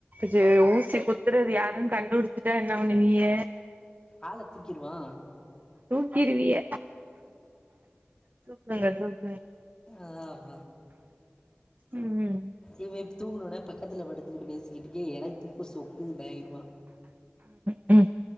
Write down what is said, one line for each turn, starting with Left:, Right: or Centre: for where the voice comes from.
Right: சேர் ஊசி குத்துறது யாருன்னு கண்டுபிடிச்சுட்டா என்ன பண்ணுவிய
Left: ஆள தூக்கிருவா
Right: தூக்கிருவிய சூப்பருங்க சூப்ப
Left: ஆஹ் அவ
Right: ம்
Left: இவே தூங்குணோனே பக்கத்துல படுத்துக்கிட்டு பேசிக்கிட்டே எனக் தூக்க சொக்குது ஏங்கிருவா
Right: ம்ஹ்